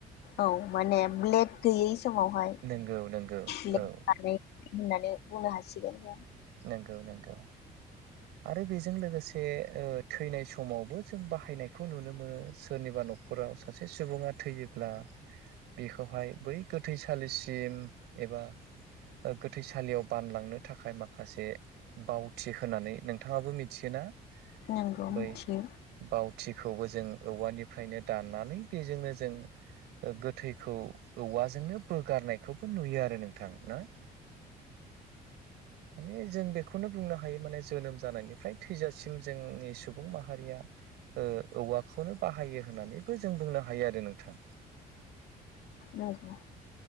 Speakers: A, on the left; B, on the right.
A: औ माने ब्लेक गैयै समावहाय
B: नोंगौ नोंगौ
A: ब्लेक
B: औ
A: <inaudible> होननानै बुंनो हासिगोन
B: नंगौ नंगौ आरो बेजों लोगोसे थैनाय समावबो जों बाहायनायखौ नुनो मोनो सोरनिबा न'खराव सासे सुबुङा थैयोब्ला बेखौहाय बै गोथैसालिसिम एबा गोथैसालियाव बानलांनो थाखाय माखासे बावथि होनानै नोंथाङाबो मिथियोना
A: नोंगौ मिथियो
B: बै बावथिखौबो जों औवानिफ्रायनो दाननानै बेजोंनो जों गोथैखौ औवाजोंनो बोगारनायखौबो नुयो आरो नोंथां ना माने जों बेखौनो बुंनो हायो माने जोनोम जानायनिफ्राय थैजासिम जोंनि सुबुं माहारिया औवाखौनो बाहायो होननानैबो जों बुंनो हायो आरो नोंथां
A: नंगौ